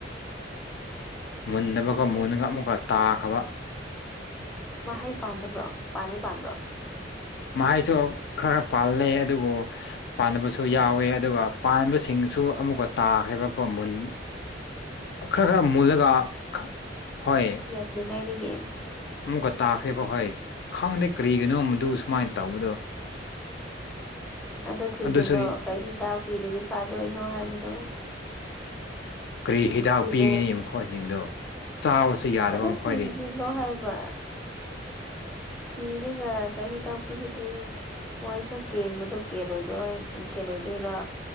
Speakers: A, in the centre; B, on the left.
A: <inaudible>
B: ꯃꯨꯟꯗꯕꯒ
A: ꯃꯍꯩ
B: ꯃꯨꯟꯂꯒ ꯑꯃꯨꯛꯀ ꯇꯥꯈ꯭ꯔꯕ
A: ꯃꯍꯩ ꯄꯥꯟꯗꯕ꯭ꯔꯣ ꯄꯥꯟꯗꯤ ꯄꯥꯟꯕ꯭ꯔꯣ
B: ꯃꯍꯩꯁꯨ ꯈꯔ ꯄꯥꯟꯂ ꯑꯗꯨꯕꯨ ꯄꯥꯟꯗꯕꯁꯨ ꯌꯥꯎꯋꯦ ꯑꯗꯨꯒ ꯄꯥꯟꯕꯁꯤꯡꯁꯨ ꯑꯃꯨꯛꯀ ꯇꯥꯈ꯭ꯔꯦꯕꯀꯣ ꯃꯨꯟ ꯈꯔ ꯈꯔ ꯃꯨꯜꯂꯒ ꯈꯥ ꯍꯣꯏ
A: ꯂꯩꯉꯥꯏꯗꯒꯤ
B: ꯑꯃꯨꯛꯀ ꯇꯥꯈ꯭ꯔꯦꯕ ꯍꯣꯏ ꯈꯪꯗꯦ ꯀꯔꯤꯒꯤꯅꯣ ꯃꯗꯨ ꯁꯨꯃꯥꯏꯅ ꯇꯧꯕꯗꯣ
A: ꯑꯗꯣ ꯊꯤꯖꯤꯜ
B: ꯑꯗꯨꯁꯨ
A: ꯂꯣ ꯀꯩ ꯍꯤꯗꯥꯛ ꯄꯤꯔꯗꯤ ꯐꯗꯣꯏꯅꯣ ꯍꯥꯏꯕꯗꯣ
B: ꯀꯔꯤ ꯍꯤꯗꯥꯛ
A: ꯊꯤꯖꯤꯜ
B: ꯄꯤꯅꯤ ꯃꯈꯣꯏꯁꯤꯡꯗꯣ ꯆꯥꯕꯁꯨ ꯌꯥꯗꯕ
A: ꯑꯗꯣ
B: ꯃꯈꯣꯏꯗꯤ
A: ꯊꯤꯖꯤꯜꯂꯣ ꯍꯥꯏꯕ ꯊꯤꯔꯒ ꯀꯩꯩ ꯍꯤꯗꯥꯛ ꯄꯤꯔꯗꯤ ꯃꯣꯏꯁꯨ ꯀꯦꯟꯕꯗꯣ ꯀꯦꯜꯂꯣꯏꯗꯣꯏ ꯀꯦꯜꯂꯣꯏꯗꯣꯏꯔ